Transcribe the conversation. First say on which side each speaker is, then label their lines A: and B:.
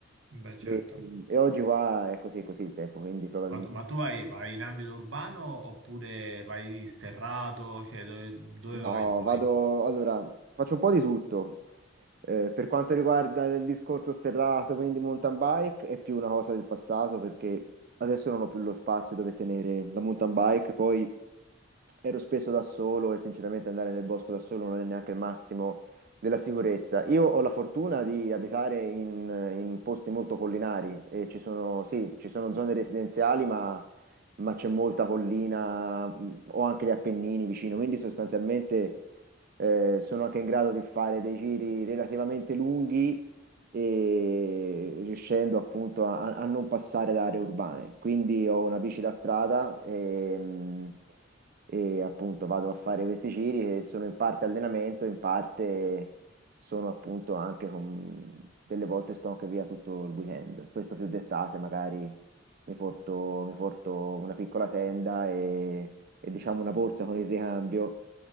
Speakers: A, on the right; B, on the right.
A: Beh, certo.
B: E, e oggi qua è così, è così il tempo, quindi probabilmente...
A: Ma, tu ma tu vai, vai in ambito urbano oppure vai sterrato? Cioè, dove, dove
B: No,
A: vai poi?
B: vado... Allora, faccio un po' di tutto. Eh, per quanto riguarda il discorso sterrato, quindi mountain bike, è più una cosa del passato perché adesso non ho più lo spazio dove tenere la mountain bike, poi ero spesso da solo e sinceramente andare nel bosco da solo non è neanche il massimo della sicurezza. Io ho la fortuna di abitare in, in posti molto collinari e ci sono, sì, ci sono zone residenziali, ma, ma c'è molta collina, mh, ho anche gli Appennini vicino, quindi sostanzialmente eh, sono anche in grado di fare dei giri relativamente lunghi e riuscendo appunto a, a non passare da aree urbane. Quindi ho una bici da strada e, mm, e appunto vado a fare questi giri che sono in parte allenamento, in parte sono appunto anche con... Delle volte sto anche via tutto il weekend, questo più d'estate magari mi porto, mi porto una piccola tenda e, e, diciamo una borsa con il ricambio